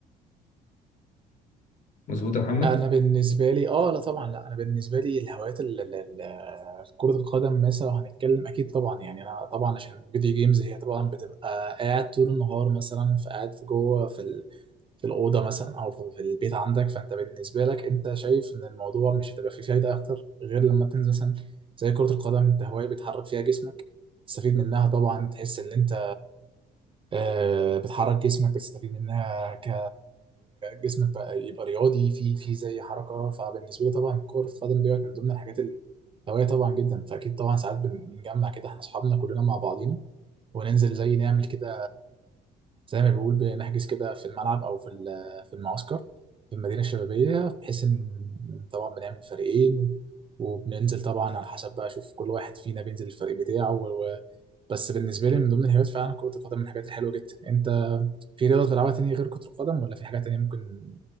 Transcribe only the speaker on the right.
انا بالنسبة لي اه لا طبعا لا انا بالنسبة لي الهوايات ال... ال... ال- كرة القدم مثلا لو هنتكلم اكيد طبعا يعني انا طبعا عشان فيديو جيمز هي طبعا بتبقى قاعد طول النهار مثلا فقاعد في جوه في ال... في الأوضة مثلا أو في في البيت عندك فأنت بالنسبة لك أنت شايف إن الموضوع مش هتبقى فيه فايدة أكتر غير لما تنزل مثلا زي كرة القدم أنت هواية بتحرك فيها جسمك تستفيد منها طبعا تحس إن أنت آه، بتحرك جسمك بتستفيد منها ك جسمك بقى يبقى رياضي في في زي حركة فبالنسبة لي طبعا كرة القدم ديت من ضمن الحاجات الهواية طبعا جدا فأكيد طبعا ساعات بن- بنجمع كده إحنا أصحابنا كلنا مع بعضينا وننزل زي نعمل كده زي ما بيقول بنحجز كده في الملعب او في ال- في المعسكر في المدينه الشبابيه بحيث ان طبعا بنعمل فريقين وبننزل طبعا على حسب بقى اشوف كل واحد فينا بينزل الفريق بتاعه و... و- بس بالنسبه لي من ضمن الهوايات فعلا كره القدم من الحاجات الحلوه جدا انت في رياضه بتلعبها تاني غير كره القدم ولا في حاجه تانيه ممكن